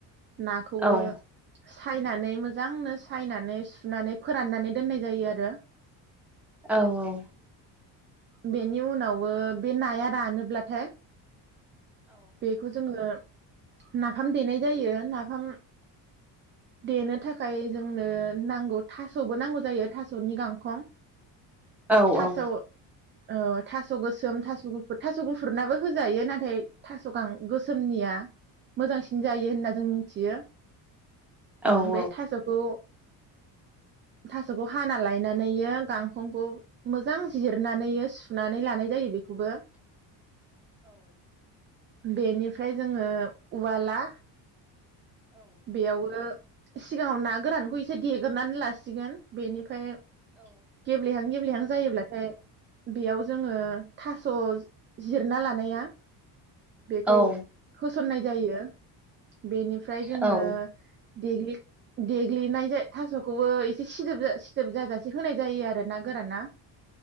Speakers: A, on the right; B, in the centre.
A: नाखौबो
B: औ
A: सायनानै मोजांनो सायनानै सुनानै फोराननानै दोननाय जायो आरो रो
B: औ औ
A: बेनि उनावबो बे नाया रानोब्लाथाय बेखौ जोङो नाफाम देनाय जायो नाफाम देनो थाखाय जोंनो नांगौ थास'बो नांगौ जायो थास' सनि गांखं
B: औ
A: थास'
B: औ
A: औ थास' गोसोम थास' गुफुर थास' गुफुरनाबो होजायो नाथाय थास' गां गोसोमनिया मोजांसिन जायो होनना जों मिथियो ओं
B: औ
A: बे थास'खौ थाास'खौ हाना लायनानैयो गांखंखौ मोजां जिरनानै सुनानै लानाय जायो। बेखौबो बेनिफ्राय जोङो उवाला बेयाव ओ सिगाङाव ना गोरानखौ एसे देगोरनानै लासिगोन। बेनिफ्राय गेब्ले हां गेब्ले हां गेब्ले हां जायोब्लाथाय बेयाव जोङो थास' जिरना लानाया बेखौ
B: औ
A: हो सननाय जायो। बेनिफ्राय जोङो
B: औ औ
A: देग्लि देग्लिनाय जाय थास'खौबो एसे सिदोब सिदोब जाजासे होनाय जायो आरो ना गोराना